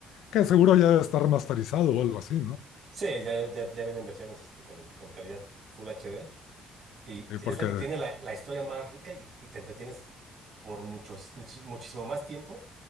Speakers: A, on the left (about 80°); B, on the right (about 40°).
A: Que seguro ya está remasterizado o algo así, ¿no?
B: Sí, ya, ya, ya vienen versiones este, con, con calidad Full HD. Y
A: Eh, porque
B: es la que tiene la, la historia más rica y, y te entretienes por mucho, muchi- muchísimo más tiempo